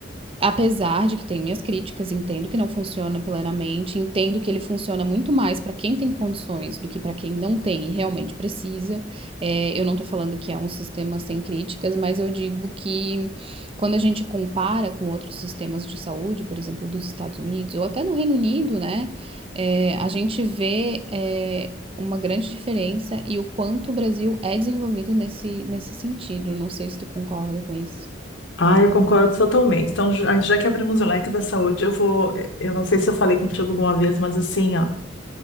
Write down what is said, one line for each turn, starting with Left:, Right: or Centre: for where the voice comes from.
Right: Apesar de que tem minhas críticas, entendo que não funciona plenamente, entendo que ele funciona muito mais para quem tem condições do que para quem não tem e realmente precisa. É, eu não tô falando que é um sistema sem críticas, mas eu digo que quando a gente compara com outros sistemas de saúde, por exemplo, dos Estados Unidos ou até no Reino Unido, né, é, a gente vê, é, uma grande diferença e o quanto o Brasil é desenvolvido nesse, nesse sentido. Não sei se tu concorda com isso.
Left: Ah, eu concordo totalmente. Então, já já que abrimos o leque da saúde, eu vou. Eu não sei se eu falei contigo alguma vez, mas assim, ó,